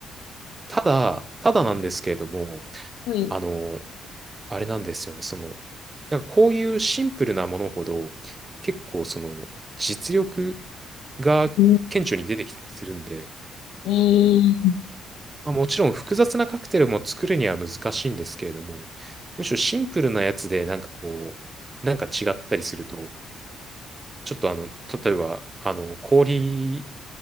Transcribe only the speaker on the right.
ただ、ただなんですけれども、
あの、あれなんですよね。その、なんかこういうシンプルなものほど、結構その、実力が顕著に出てきたりするんで、
まあ、もちろん複雑なカクテルも作るには難しいんですけれども、むしろシンプルなやつでなんかこう、なんか違ったりすると、ちょっとあの、例えば、あの、氷